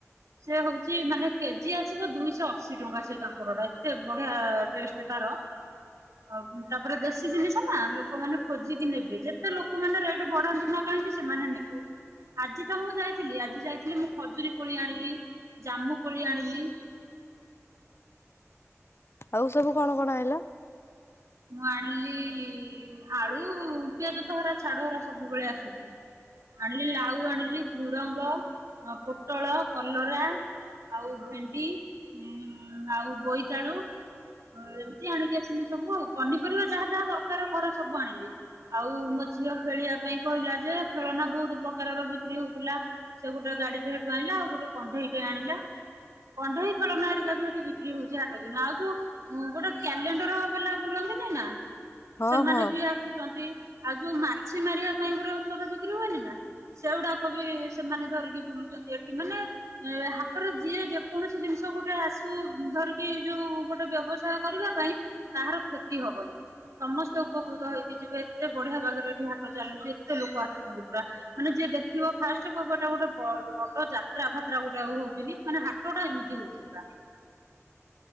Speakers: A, on the right (about 80°); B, on the left (about 50°).
A: ସେ ହଉଛି ମାନେ କେଜି ଆସିବ ଦୁଇଶହ ଅଶୀ ଟଙ୍କା ସେ କାଙ୍କଡା ଟା ଏତେ ବଢିଆ ଟେଷ୍ଟ ତାର। ଆଉ ତାପରେ ଦେଶୀ ଜିନିଷ ନା ଲୋକମାନେ ଖୋଜିକି ନେବେ, ଯେତେ ଲୋକମାନେ ରେଟ୍ ବଢାନ୍ତୁ ନା କାହିଁକି? ସେମାନେ ନେ, ଆଜି ତ ମୁଁ ଯାଇଥିଲି ଆଜି ଯାଇଥିଲି ମୁଁ ଖଜୁରୀ କୋଳି ଆଣିଲି। ଜାହ୍ମୁ କୋଳି ଆଣିଲି।
B: ଆଉ ସବୁ କଣ କଣ ଆଇଁଲ?
A: ମୁଁ ଆଣିଲି-ଇ ଆଳୁ, ପିଆଜ ତ ହେରା ଛାଡ ହେରା ସବୁବେଳେ ଆସୁଛି। ଆଣିଲି ଲାଉ ଆଣିଲି ଝୁଡଙ୍ଗ, ପୋଟଳ, କଲରା ଆଉ ଭେଣ୍ଡି, ଉଁ ଆଉ ବୋଇତାଳୁ ଆଉ ଏମିତି ଆଣିକି ଆସିଲି ସବୁ। ଆଉ ପନିପରିବା ଯାହା ଯାହା ଦରକାର ଘରେ ସବୁ ଆଣିଲି। ଆଉ ମୋ ଝିଅ ଖେଳିବା ପାଇଁ କହିଲା ଯେ ଖେଳନା ବହୁତ ପ୍ରକାରର ବିକ୍ରି ହଉଥିଲା। ସେ ଗୋଟେ ଗାଡିଟେ ହେଠୁ ଆଇଁଲା, ଆଉ ଗୋଟେ କଣ୍ଢେଇଟେ ଆଣିଲା। କଣ୍ଢେଇ ଖେଳନା ହେରିକା ବି ଏଠି ବିକ୍ରି ହଉଛି ହାଟ ଦିନ। ଆଉ ଯୋଉ ଗୋଟେ କ୍ୟାଲେଣ୍ଡର ବାଲା ବୁଲନ୍ତିନି ନା,
B: ହଁ
A: ସେମାନେ
B: ହଁ।
A: ବି ଆସୁଛନ୍ତି। ଆଉ ଯୋଉ ମା ମାଛି ମାରିବା ପାଇଁ ପୁରା ଔଷଧ ବିକ୍ରି ହୁଏନି ନା! ସେଉଡାକ ବି ସେମାନେ ଧରିକି ବୁଲୁଛନ୍ତି ଏଠି ମାନେ ଏ ହାଟରେ ଯିଏ ଯେକୌଣସି ଜିନିଷ ଗୋଟେ ଆସୁ ଧରିକି ଯୋଉ ଗୋଟେ ବ୍ୟବସାୟ କରିବା ପାଇଁ କାହାର କ୍ଷତି ହବନି। ସମସ୍ତେ ଉପକୃତ ହେଇକି ଯିବେ। ଏତେ ବଢିଆ ଭାଗରେ ଏଠି ହାଟ ଚାଲୁଛି, ଏତେ ଲୋକ ଆସୁଛନ୍ତି ପୁରା। ମାନେ ଯିଏ ଦେଖିବ ଫାଷ୍ଟ କହିବ ଏଟା ଗୋଟେ ବ-ବଡ ଯାତ୍ରା ଫାତ୍ରା ଗୋଟେ ଆଉ ହଉଛି କି? ମାନେ ହାଟଟା ଏମିତି ହଉଛି। ଯିବା।